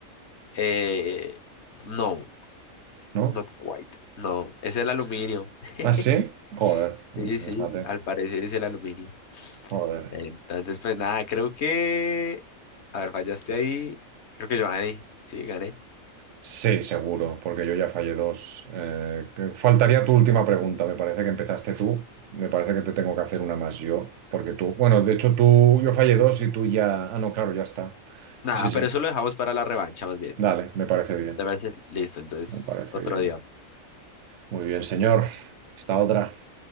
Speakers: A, on the left (about 55°); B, on the right (about 65°).
A: Eh, no,
B: ¿no?
A: not quite. No, es el aluminio. <laughs>
B: ¿Ah, sí? Joder,
A: Sí, sí,
B: fíjate.
A: al parecer es el aluminio.
B: Joder.
A: Entonces, pues nada, creo que... A ver, fallaste ahí. Creo que yo gané. Sí, gané.
B: Sí, seguro, porque yo ya fallé dos. Eh, que- faltaría tu última pregunta, me parece que empezaste tú. Me parece que te tengo que hacer una más yo, porque tú, bueno, de hecho tú, yo fallé dos y tú ya... Ah, no, claro, ya está.
A: Nada,
B: Sí, sí, sí.
A: pero eso lo dejamos para la revancha más bien.
B: dale, me parece bien,
A: ¿Te parece? Listo, entonces
B: me parece
A: otro
B: bien.
A: día.
B: Muy bien, señor. Hasta otra.